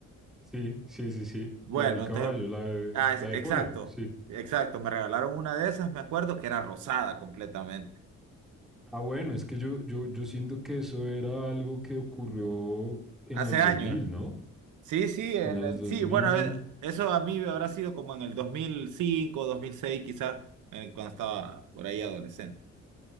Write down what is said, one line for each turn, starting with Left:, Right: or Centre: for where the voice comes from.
Centre: Sí, sí, sí, sí.
Right: Bueno,
Centre: La del caballo,
Right: entonces,
Centre: la de,
Right: ah, es-
Centre: la de
Right: exacto,
Centre: polo, sí.
Right: exacto, me regalaron una de esas, me acuerdo que era rosada completamente,
Centre: Ah, bueno, es que yo, yo, yo siento que eso era algo que ocurrió en
Right: hace
Centre: los
Right: años.
Centre: dos mil, ¿no?
Right: Sí, sí, el-
Centre: En los
Right: el-
Centre: dos
Right: sí,
Centre: mil
Right: bueno, eh, eso a mí habrá sido como en el dos dos mil cinco dos mil seis quizás, eh, cuando estaba por ahí adolescente.